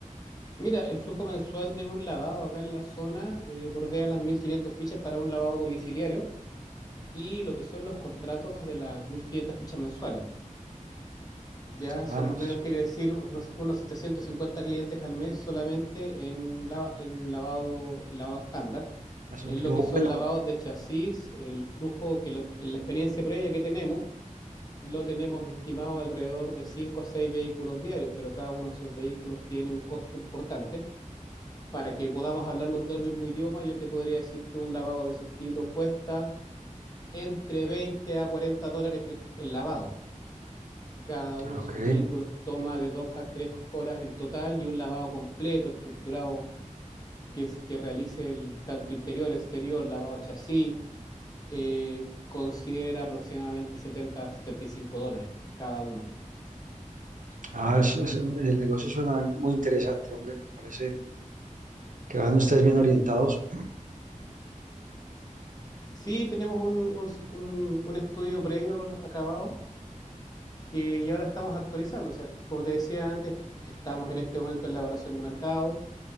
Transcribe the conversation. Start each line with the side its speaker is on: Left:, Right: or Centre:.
Left: Mira, el flujo mensual de un lavado acá en la zona eh, bordea las 1.500 fichas para un lavado domiciliario y lo que son los contratos de las 1.500 fichas mensuales. Ya
Right: Ah,
Left: eso más
Right: es,
Left: o menos quiere decir unos, unos 750 clientes al mes solamente en, lava- en lavado, en lavado estándar.
Right: es un
Left: En
Right: flujo
Left: lo que son
Right: bueno.
Left: lavados de chasis, el flujo que lo- en la experiencia previa que tenemos, lo tenemos estimado alrededor de 5 a 6 vehículos diarios, pero cada uno de esos vehículos tiene un costo importante para que podamos hablar los dos el mismo idioma, yo te podría decir que un lavado de ese estilo cuesta entre 20 a 40 dólares el, el lavado. Cada uno
Right: Ah,
Left: de
Right: ok.
Left: esos vehículos toma de 2 a 3 horas en total y un lavado completo, estructurado, que, es- que realice el, tanto interior, exterior, lavado chasis, eh, considera aproximadamente 70 a 75 dólares cada uno.
Right: Ah, es- es- el negocio suena muy interesante, hombre. Parece que van ustedes bien orientados.
Left: Sí, tenemos un, un, un un estudio previo acabado que ya ahora estamos actualizando. O sea, como te decía antes, estamos en este momento en la evaluación de mercado,